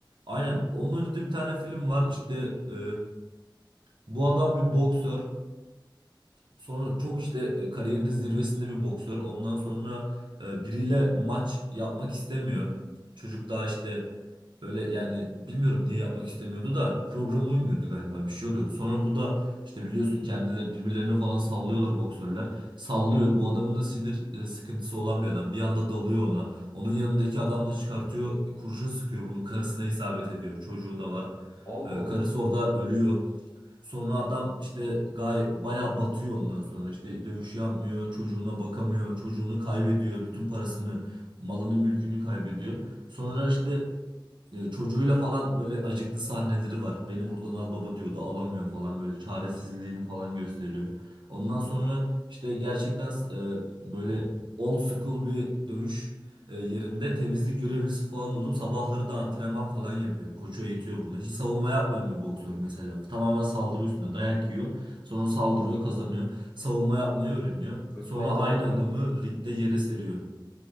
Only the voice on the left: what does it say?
Allah
Allah.
Rocky
Balboa
da öyleydi.